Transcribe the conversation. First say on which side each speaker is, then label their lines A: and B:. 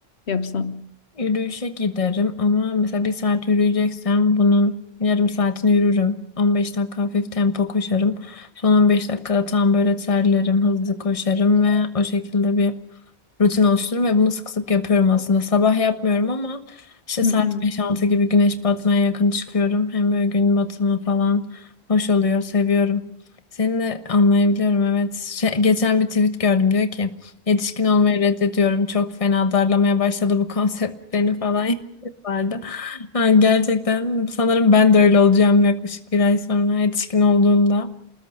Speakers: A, on the left; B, on the left.
A: yapsan?
B: Yürüyüşe giderim ama mesela bir saat yürüyeceksem bunun yarım saatini yürürüm. 15 dakika hafif tempo koşarım. Son 15 dakikada tam böyle terlerim, hızlı koşarım ve o şekilde bir rutin oluştururum ve bunu sık sık yapıyorum aslında. Sabah yapmıyorum ama işte
A: Hı
B: saat
A: hı.
B: beş altı gibi güneş batmaya yakın çıkıyorum. Hem böyle gün batımı falan hoş oluyor, seviyorum. Seni de anlayabiliyorum evet. Şey, geçen bir tweet gördüm diyor ki yetişkin olmayı reddediyorum. Çok fena darlamaya başladı bu <laughs> konsept beni falan <laughs> vardı. Ha, gerçekten sanırım ben de öyle olacağım yaklaşık bir ay sonra yetişkin olduğumda.